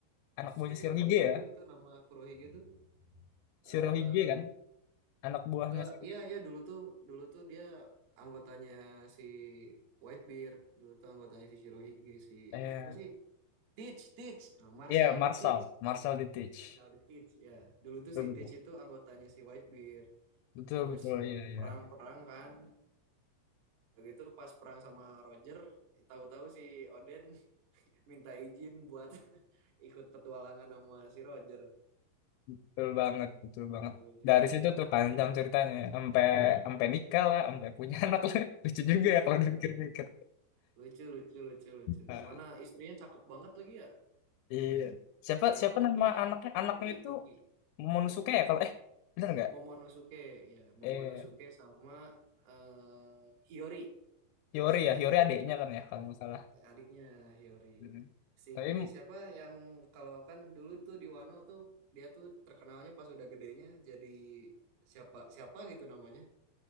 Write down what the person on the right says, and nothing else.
si
siapa sih?
Aduh, itu nama Kurohige tuh. Eh
Enggak,
iya iya dulu tuh dulu tuh dia anggotanya si Whitebeard, dulu tuh anggotanya si Shirohige si
siapa sih? Teach, Teach, Nah, Marshall
di Teach.
Hmm.
Marshall di Teach ya. Dulu tuh
si Teach
itu anggotanya si Whitebeard.
Terus
eh,
perang-perang kan. Udah gitu pas perang sama Roger, tahu-tahu si Oden <laughs> minta izin buat <laughs> ikut petualangan sama si Roger.
Ya lucu
banget
ya.
Iya,
lucu lucu lucu lucu.
Mana istrinya cakep banget lagi ya?
Si
Toki,
Toki,
Toki,
Momonosuke, ya, Momonosuke
sama eh, Hiyori,
Tuh,
adiknya Hiyori.
Si
siapa yang kalau kan dulu tuh di Wano tuh dia tuh terkenalnya pas udah gedenya jadi siapa siapa gitu namanya.